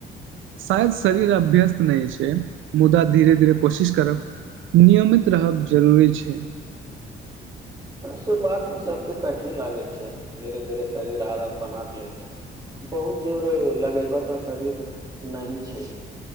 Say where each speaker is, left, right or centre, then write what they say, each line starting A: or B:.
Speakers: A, on the right; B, on the right.
A: शायद शरीर अभ्यस्त नहि छै मुदा धीरे धीरे कोशिश करब नियमित रहब जरूरी छै
B: शुरुआतमे सभके कठिन लागैत छै धीरे धीरे शरीर आदत बना लै छै बहुत जोर लगयबऽ त आओ शरीर नहि छै